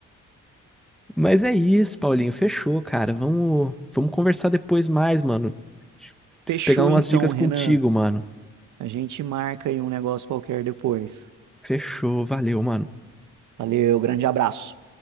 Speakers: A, in the centre; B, on the right.
A: Mas é isso, Paulinho. Fechou, cara. Vamos, vamos conversar depois mais, mano. Preciso
B: Fechou
A: pegar umas
B: então,
A: dicas
B: Renan.
A: contigo, mano.
B: A gente marca aí um negócio qualquer depois.
A: Fechou. Valeu, mano.
B: Valeu, grande abraço.